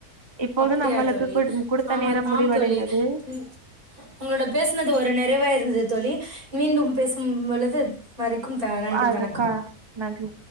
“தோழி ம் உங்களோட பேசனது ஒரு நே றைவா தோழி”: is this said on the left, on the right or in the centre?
Right